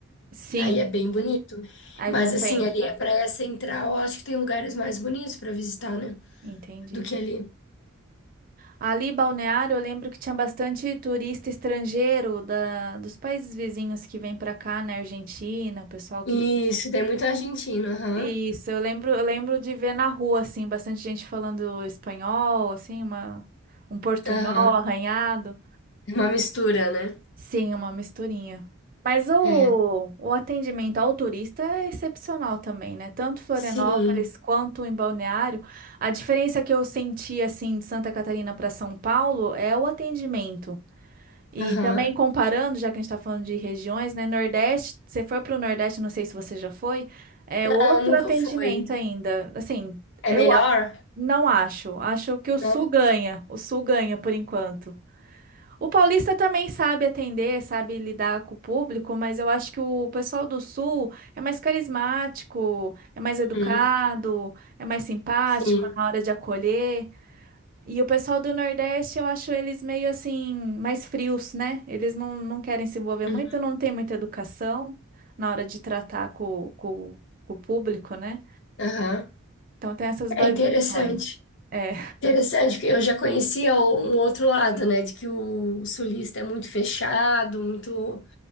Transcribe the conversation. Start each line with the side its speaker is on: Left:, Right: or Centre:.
Right: Sim,
Left: Aí é bem bonito.
Right: aí
Left: Mas,
Right: compensa.
Left: assim, ali a praia central, eu acho que tem lugares mais bonitos para visitar, né?
Right: Entendi.
Left: Do que ali.
Right: Ali, Balneário, eu lembro que tinha bastante turista estrangeiro da, dos países vizinhos que vem pra cá, né? Argentina, o pessoal que.
Left: Isso, tem muito argentino, aham.
Right: Isso, eu lembro, eu lembro de ver na rua, assim, bastante gente falando espanhol, assim, uma, um portunhol
Left: Aham.
Right: arranhado.
Left: É Uma mistura, né?
Right: Sim, uma misturinha. Mas o,
Left: É.
Right: o atendimento ao turista é excepcional também, né? Tanto Florianópolis
Left: Sim.
Right: quanto em Balneário. A diferença que eu senti, assim, de Santa Catarina para São Paulo é o atendimento. E
Left: Aham.
Right: também comparando, já que a gente está falando de regiões, né? Nordeste, você foi para o Nordeste, não sei se você já foi, é outro
Left: Não, nunca
Right: atendimento
Left: fui.
Right: ainda. Assim,
Left: É
Right: eu
Left: melhor?
Right: a- não acho. Acho que o
Left: Não?
Right: Sul ganha. O Sul ganha por enquanto. O paulista também sabe atender, sabe lidar com o público, mas eu acho que o pessoal do sul é mais carismático, é mais educado,
Left: Uhum.
Right: é mais simpático
Left: Sim.
Right: na hora de acolher. E o pessoal do Nordeste, eu acho eles meio assim, mais frios, né? Eles não, não querem se envolver
Left: Uhum.
Right: muito, não tem muita educação na hora de tratar com, com com o público, né?
Left: Aham.
Right: Então tem essas variações.
Left: É interessante.
Right: É.
Left: Interessante, porque eu já conhecia o- um outro lado, né? De que o sulista é muito fechado, muito,